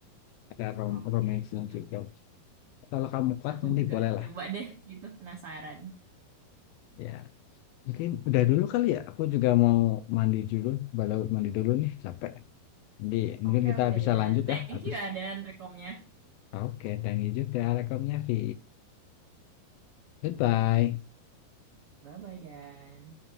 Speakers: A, on the left; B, on the right.
A: ada rom
B: Oke,
A: romansnya
B: sih.
A: juga kalau kamu kuat
B: Aku
A: nanti
B: juga
A: bolehlah
B: coba deh gitu penasaran.
A: ya mungkin udah dulu kali ya aku juga mau mandi dulu baru mandi dulu nih capek jadi mungkin
B: Oke
A: kita
B: oke
A: bisa
B: Dan.
A: lanjut
B: Thank
A: ya habis
B: you ya Dan rekomnya.
A: oke thank you juga rekomnya Vi goodbye
B: Bye bye Dan.